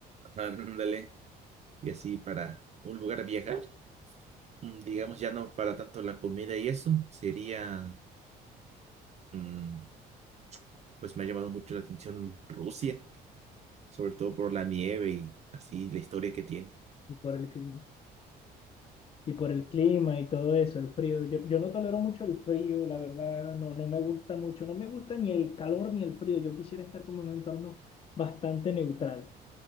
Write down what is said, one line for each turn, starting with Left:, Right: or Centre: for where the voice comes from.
Right: Ándale, y así para un lugar a viajar, mm, digamos ya no para tanto la comida y eso, sería, mm, pues me ha llamado mucho la atención Rusia, sobre todo por la nieve y así la historia que tiene.
Left: y por el clima. Y por el clima y todo eso, el frío. Yo, yo no tolero mucho el frío, la verdad, no, no me gusta mucho. No me gusta ni el calor ni el frío. Yo quisiera estar como en un entorno bastante neutral,